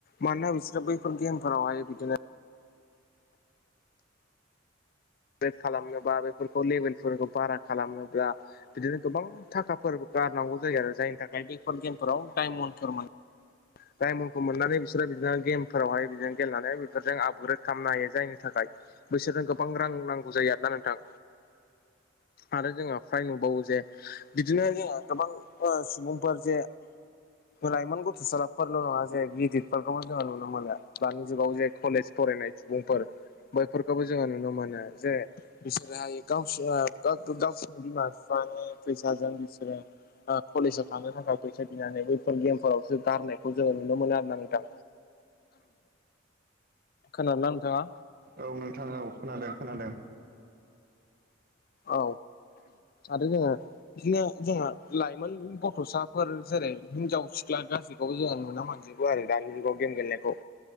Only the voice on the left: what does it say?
मानोना बिसोरो बैफोर गेमफोरावहाय बिदिनो <unintelligible> खालामनोबा बेफोरखौ लेबेलफोरखौ बारा खालामनोब्ला, बिदिनो गोबां थाखाफोर गारनांगौ जायो आरो जायनि थाखाय बेफोर गेमफोराव डायमन्डफोर मानो डायमन्डखौ मोननानै बिसोरो बिदिनो गेमफोरावहाय बिदिनो गेलेनानै बेफोरजों आपग्रेड खालामनो हायो। जायनि थाखाय बैसोरनो गोबां रां नांगौ जायो आरोना नोंथां। आरो जोंहा फ्राय नुबावो जे बिदिनो जोङो गोबां ओ- सुबुंफोर जे लाइमोन गथ'सा फोरल' नङा जे गिदिरफोरखौ जोङो नुनो मोनो दानि जुगाव जे कलेज फरायनाय सुबुंफोर बैफोरखौबो जोङो नुनो मोनो जे बिसोरोहाय गावसोर <unintelligible> फैसाजों बिसोरो कलेजाव थांनो थाखाय फैसा बिनानै बैफोर गेमफोरावसो गारनाय खौ जोङो नुनो मोनो होनना नथां। खोनानो नोंथाङा?
औ आरो जोङो बिदिनो जोंहा लाइमोन गथ'साफोर जेरै हिनजाव सिख्ला गाज्रि बेखौबो जोङो नुना मोनजोबो आरो दानि जुगाव गेम गेलेनायखौ